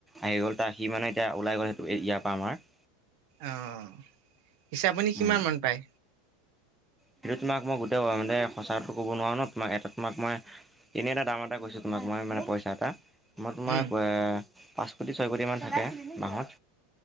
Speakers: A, in the centre; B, on the right.
A: আহি গ'ল তাত সি মানে এতিয়া ওলাই গ'ল সেইটো ইয়াৰ পৰা আমাৰ
B: অ', পিছে আপুনি কিমান
A: উম
B: মান পায়?
A: সেইটো তোমাক মই গোটেই মানে সঁচাটো ক'ব নোৱাৰো ন তোমাক এটা তোমাক মই এনেই এটা দাম এটা কৈছোঁ তোমাক মই মানে পইচা এটা মই তোমাৰ
B: উম
A: পাঁচ কোটি ছয় কোটি মান থাকে মাহত